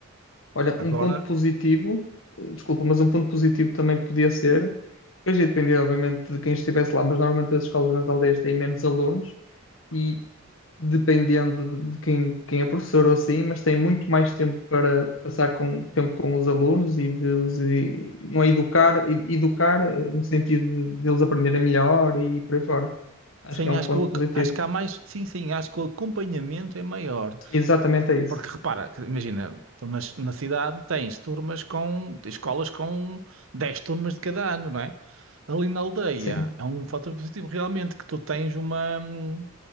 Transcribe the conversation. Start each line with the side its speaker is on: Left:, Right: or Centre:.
Left: Olha,
Right: Agora,
Left: um ponto positivo, eh, desculpa, mas um ponto positivo também que podia ser, depois ia depender, obviamente, de quem estivesse lá, mas normalmente as escolas nas aldeias têm menos alunos e dependendo de de quem, quem é professor ou assim, mas têm muito mais tempo para passar com, tempo com os alunos e de os e- não é educar, e- educar eh, no sentido de, de eles aprenderem melhor e por aí fora. Acho
Right: sim,
Left: que é um
Right: acho
Left: ponto
Right: que, o ac-
Left: positivo.
Right: acho que há mais. Sim, sim, acho que o acompanhamento é maior.
Left: Exatamente é isso.
Right: Porque repara, que imagina, tu nas- na, cidade tens turmas com. escolas com 10 turmas de cada ano, não é? Ali na aldeia
Left: Sim.
Right: é um fator positivo realmente que tu tens uma. hum,